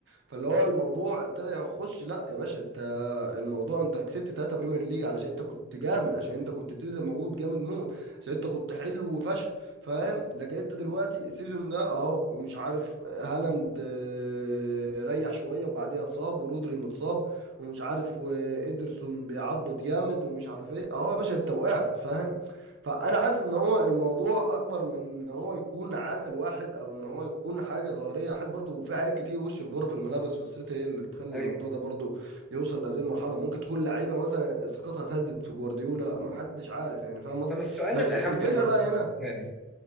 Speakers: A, on the right (about 70°); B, in the centre.
A: فاللي هو الموضوع ابتدى يخش لا يا باشا انت الموضوع انت كسبت ثلاثة بريمير ليج علشان انت كنت جامد عشان انت كنت بتبذل مجهود جامد موت عشان انت كنت حلو وفشخ فاهم لكن انت دلوقتي السيزون ده اهو مش عارف هالاند آه، ريح شوية وبعديها اتصاب ورودري متصاب ومش عارف وإيدرسون بيعبط جامد ومش عارف ايه اهو يا باشا انت وقعت فاهم فانا حاسس ان هو الموضوع اكبر من ان هو يكون عامل واحد او ان هو يكون حاجه ظاهريه حاسس برضو في حاجات كتير وش في غرف الملابس في السيتي هي اللي تخلي
B: ايوه
A: الموضوع ده برضو يوصل لهذه المرحله ممكن تكون لعيبه مثلا ثقتها اتهزت في جوارديولا محدش عارف يعني فاهم قصدي
B: طب السؤال
A: بس
B: الاهم
A: الفكره
B: يا ماركو
A: بقى هنا
B: بالنسبه لي